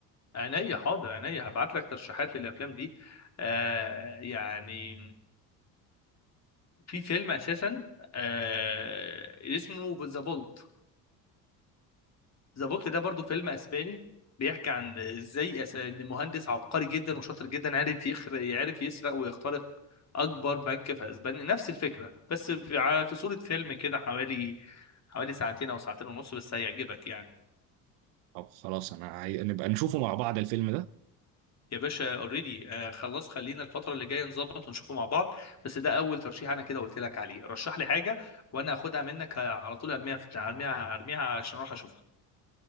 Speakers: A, on the left; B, on the right.
A: عينيا حاضر عينيا هبعت لك ترشيحات للافلام دي آه يعني في فيلم اساسا آه اسمه ذا فولت ذا فولت ده برضو فيلم اسباني بيحكي عن ازاي أس... ان مهندس عبقري جدا وشاطر جدا عارف يخر... يعرف يسرق ويخترق اكبر بنك في اسبانيا نفس الفكره بس في ع- في صوره فيلم كده حوالي حوالي ساعتين او ساعتين ونص بس هيعجبك يعني
B: طب خلاص انا عاي... نبقى نشوفه مع بعض الفيلم ده
A: يا باشا اوريدي خلاص خلينا الفترة اللي جاية نظبط ونشوفه مع بعض بس ده أول ترشيح أنا كده قلت لك عليه رشح لي حاجة وأنا هاخدها منك آه، على طول أرميها في بتاع أرميها أرميها عشان أروح أشوفها